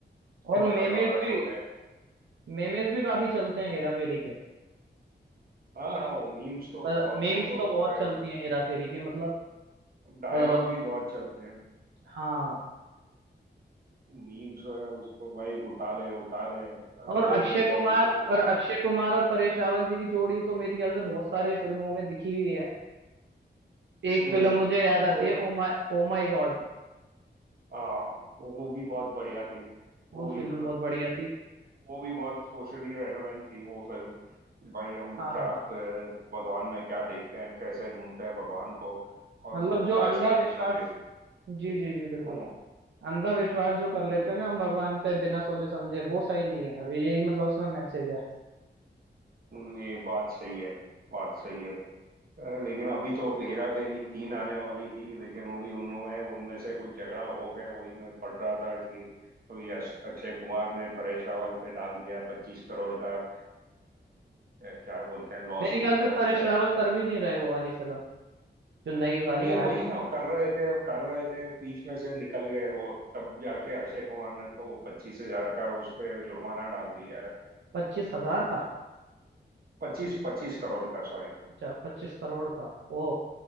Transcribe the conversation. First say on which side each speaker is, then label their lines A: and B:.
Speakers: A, on the right; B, on the right.
A: और
B: बम्बई
A: मेमेज
B: वाला
A: भी
B: जो है
A: मेमेज भी काफी चलते हैं हेरा फेरी के
B: हाँ हाँ वो मीम्स तो
A: मेम्स
B: बहुत वो तो
A: तो
B: सारे
A: बहुत चलती हैं हेरा फेरी के मतलब
B: डायलॉग
A: आ,
B: भी बहुत चलते हैं
A: हाँ
B: मीम्स है उसको भाई उठा ले उठा ले
A: और
B: मुझे
A: अक्षय
B: नहीं
A: कुमार
B: भाई इसको उठा
A: और अक्षय
B: ले
A: कुमार और परेश रावल जी की जोड़ी तो मेरे ख्याल से बहुत सारे फिल्मों में दिखी हुई है एक
B: हम्म,
A: फिल्म
B: हम्म।
A: मुझे याद
B: तो
A: आती है ओ माय ओ माय गॉड
B: हाँ वो भी बहुत बढ़िया थी वो
A: वो
B: भी
A: फिल्म बहुत बढ़िया थी
B: वो भी बहुत सोशली रेलेवेंट थी वो फिल्म भाई हम
A: हाँ
B: क्या अ, भगवान में क्या देखते हैं कैसे ढूंढते हैं भगवान को और
A: मतलब
B: लोग
A: जो
B: कैसे
A: अंधा विश्वास
B: उसमें बे
A: जी जी जी बिल्कुल
B: हूँ
A: अंधा विश्वास जो कर लेते हैं ना हम भगवान पे बिना सोचे समझे वो सही नहीं है अभी यही मतलब उसमें मैसेज है
B: ये बात सही है बात सही है अ, लेकिन अभी तो हेरा फेरी तीन आने वाली थी लेकिन अभी उनमें उनमें से कुछ झगड़ा हो गया वही मैं पढ़ रहा था कि अभी अश- अक्षय कुमार ने परेश रावल पे डाल दिया पच्चीस करोड़ का आ, क्या बोलते हैं लॉ
A: मेरे
B: सूट
A: ख्याल से
B: डाल
A: परेश
B: दिया
A: रावल
B: है
A: कर भी नहीं रहे वो वाली फिल्म जो नई वाली
B: नहीं वही
A: आ रही
B: ना वो कर रहे थे कर रहे थे बीच में से निकल गए वो तब जाके अक्षय कुमार ने तो पच्चीस हजार का उस पे जुर्माना डाल दिया है
A: पच्चीस हजार का
B: पच्चीस पच्चीस करोड़ का सॉरी
A: अच्छा पच्चीस करोड़ का ओ